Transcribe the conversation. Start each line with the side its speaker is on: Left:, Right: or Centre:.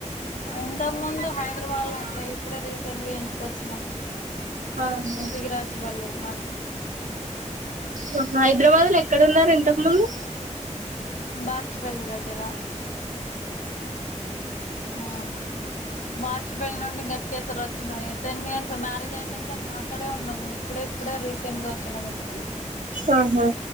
Left: ఇంతకు ముందు హైదరాబాద్ లో ఉండ ఇప్పుడే రీసెంట్గా ఇంటికి వచ్చినాము
Right: ఆహా
Left: త్తగి రాజు బళ్లే మన
Right: ఓ హాయ్ హైదరాబాద్ లో ఎక్కడన్నారు ఇంతకు ముందు
Left: బాచిపల్లి దగ్గర ఉమ్ బాచపల్లి నుండి గట్కేసర వచ్చినయి టెన్ ఇయర్స్ మ్యారేజ్ అయినాక అక్కడే ఉన్నాం ఇప్పుడే ఇప్పుడే రీసెంట్గా వచ్చినం ఇంటికి
Right: ఆహా